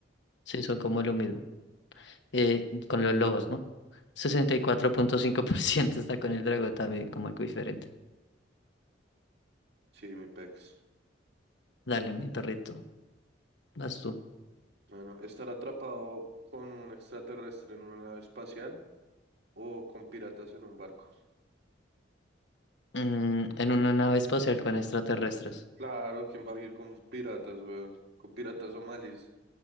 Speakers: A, on the left (about 70°); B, on the right (about 60°).
A: sí, son como lo mismo. Eh, con los lobos, ¿no? 64.5%
B: Sí,
A: está con el dragón también, como algo diferente.
B: sí, mi pex.
A: Dale, mi perrito, vas tú.
B: Bueno, estar atrapado con un extraterrestre en una nave espacial o con piratas en un barco.
A: Mm, en una nave espacial con extraterrestres.
B: Claro, ¿quién va a ir con piratas, weón? Con piratas somalíes,